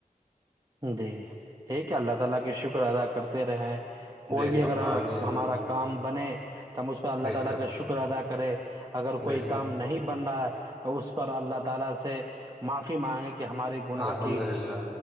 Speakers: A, on the right (about 25°); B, in the centre.
A: غرغ کوئی
B: بے
A: بھی
B: شک
A: اگر ہم
B: آمین
A: ہمارا کام بنے تم اس پر اللہ
B: بے
A: تعالی
B: شک
A: کا شکر ادا کرے اگر
B: بے
A: کوئی
B: شک
A: کام نہیں بن رہا ہے تو اس پر اللہ تعالی سے معافی مانگیں کہ ہمارے گناہ
B: الحمد
A: کی
B: للہ